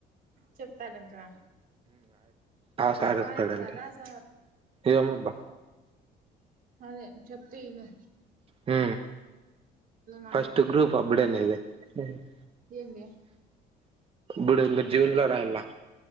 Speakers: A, on the right; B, on the right.
A: చెప్తారంటార
B: ఆ సార్
A: బాగా
B: చెప్తాడంట
A: చెప్తారా స
B: ఏమోబ్బా
A: అదే చెప్తే విను
B: హు
A: నాకు
B: ఫస్ట్ గ్రూప్ అప్పుడు ఉన్నేదే <unintelligible>
A: ఏందే
B: బుడగ జీవున్లో రాయల్లా